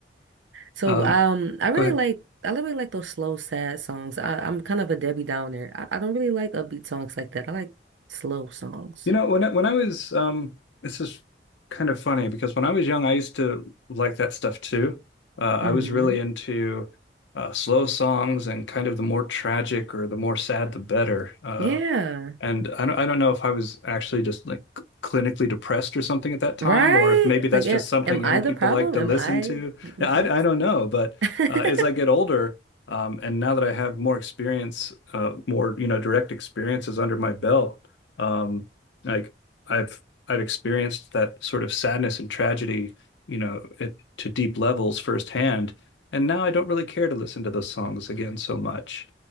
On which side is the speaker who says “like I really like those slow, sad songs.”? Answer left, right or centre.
Right